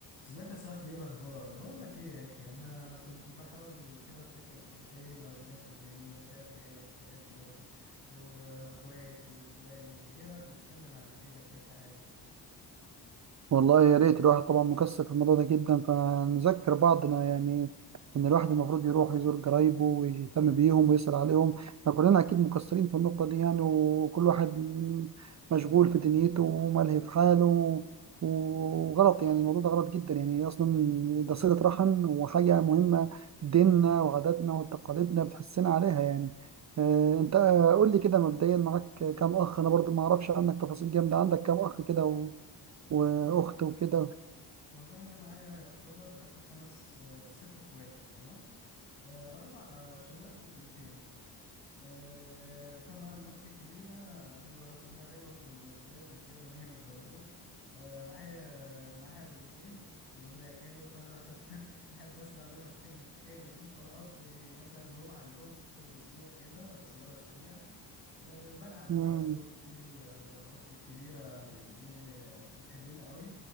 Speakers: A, on the left; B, on the right.
A: ازيك يا صاحبي ايه الاخبار بقول لك ايه يا اخي انا كنت بحاول كده افتكر في العيله والناس الجميله بتاعت العيله بتاعتنا واخواتي واخوالي ايه رايك نتكلم عن العيله بشكل عام
B: والله يا ريت الواحد طبعا مكسر في الموضوع ده جدا فنذكر بعضنا يعني ان الواحد المفروض يروح يزور قرايبه ويهتم بيهم ويسأل عليهم احنا كلنا اكيد مكسرين في النقطة دي يعني وكل واحد مشغول في دنيته وملهي في حاله وغلط يعني الموضوع ده غلط جدا يعني اصلا ده صلة رحم وحاجة مهمة ديننا وعاداتنا وتقاليدنا بتحسنا عليها يعني آه، انت قول لي كده مبدئيا معاك كام اخ انا برضو ما اعرفش عنك تفاصيل جامدة عندك كام اخ كده واخت
A: والله
B: وكده
A: والله انا معايا يعتبر احنا خمس آه، ست اخوات تمام آه، اربع آه، شباب وبنتين آه، طبعا اختي الكبيره انا بروح لها دايما في المناسبات وكده لان هي متجوزه آه، معايا معايا بنتين بيقولوا لي يا خالو فانا بحب <laughs> بحب اسمع منهم كلمه خالو دي فبقضي مثلا يوم عندهم في كل اسبوع كده زياره سريعه أه بلعب مع
B: مم.
A: اولاد اختي واختي الكبيره يعني ايه بتحبني قوي